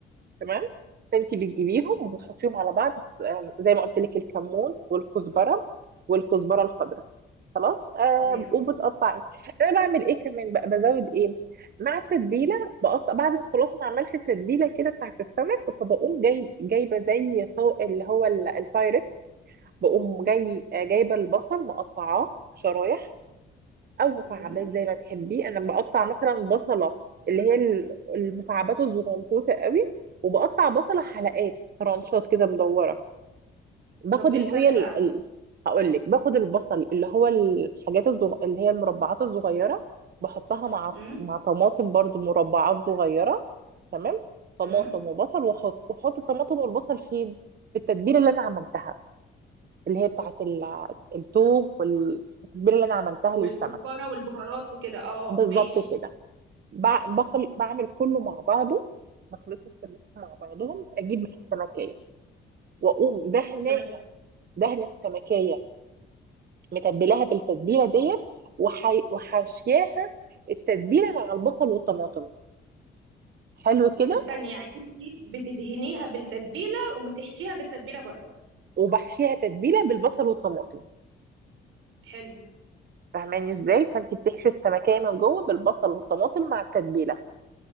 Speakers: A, on the right; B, on the right.
A: تمام فانت بتجيبيهم وبتحطيهم على بعض آم، زي ما قلت لك الكمون والكزبره والكزبره الخضراء خلاص آه
B: تمام
A: وبتقطعي انا بعمل ايه كمان بقى بزود ايه مع التتبيله بقطع بعد ما خلاص ما عملت التتبيله كده بتاعت السمك فبقوم جايب جايبه زي طو... اللي هو ال- البايركس بقوم جاي آه، جايبه البصل مقطعاه شرايح او مكعبات
B: امم
A: زي ما تحبي انا بقطع مثلا بصله اللي هي ال- المكعبات الزغنطوطه قوي وبقطع بصله حلقات رانشات كده مدوره باخد
B: طب ايه
A: اللي
B: الفرق
A: هي ال...
B: بقى
A: ال... هقول لك باخد البصل اللي هو الحاجات الزغ... اللي هي المربعات الصغيره بحطها مع
B: امم
A: مع طماطم برضو مربعات صغيره تمام طماطم
B: امم
A: وبصل واحط واحط الطماطم والبصل فين في التتبيله اللي انا عملتها اللي هي بتاعت ال- التوم والتتبيله اللي انا عملتها
B: والكزبرة
A: للسمك
B: والبهارات وكده اه
A: بالظبط
B: اه، ماشي
A: كده بع- بخل بعمل كله مع بعضه بخلطهم كلهم مع بعضهم اجيب بقى السمكيه واقوم دهناها
B: تمام
A: دهنه السمكيه متبلاها بالتتبيله ديت وحي... وحاشياها التتبيله مع البصل والطماطم حلو كده
B: استني يعني انت بتدهنيها بالتتبيلة وتحشيها بالتتبيلة برضو
A: وبحشيها تتبيله بالبصل والطماطم
B: حلو
A: فاهماني ازاي فانت بتحشي السمكيه من جوه بالبصل والطماطم مع التتبيله